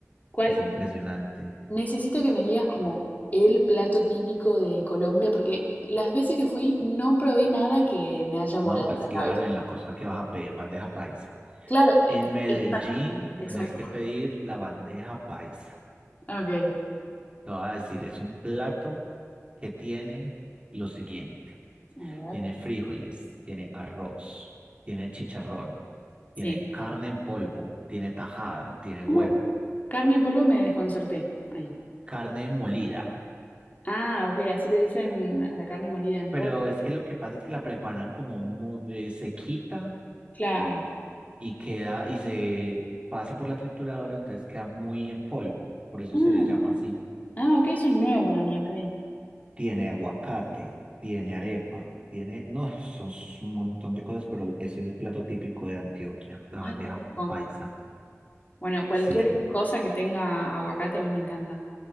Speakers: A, on the left (about 30°); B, on the right (about 20°).
A: ¿Cuál,
B: Es impresionante.
A: Necesito que me digas como el plato típico de Colombia, porque las veces que fui no probé nada que me haya volado
B: No, pues
A: la
B: claro,
A: cabeza.
B: en la costa que vas a pedir bandeja paisa.
A: Claro,
B: En
A: eh,
B: Medellín
A: Exacto,
B: tenés
A: exacto.
B: que pedir la bandeja paisa.
A: ok.
B: Te voy a decir, es un plato que tiene lo siguiente.
A: A ver,
B: tiene frijoles, tiene arroz, tiene chicharrón,
A: sí.
B: tiene carne en polvo, tiene tajada, tiene huevo,
A: ¿Cómo? Carne en polvo me desconcerté. Ahí.
B: carne molida.
A: Ah, ok, así le dicen a la carne molida en
B: Pero
A: polvo.
B: es que lo que pasa es que la preparan como mu- eh, se quita
A: Claro.
B: y queda y se pasa por la trituradora, entonces queda muy en polvo. Por eso
A: Ah,
B: se les llama así.
A: ah, ok, eso es nuevo para mí, ok.
B: Tiene aguacate, tiene arepa, tiene, no, son s- un montón de cosas, pero ese es el plato típico de Antioquia, la
A: Ay,
B: bandeja
A: qué rico.
B: paisa.
A: Bueno, cualquier
B: Sí,
A: cosa que tenga aguacate a mí me encanta.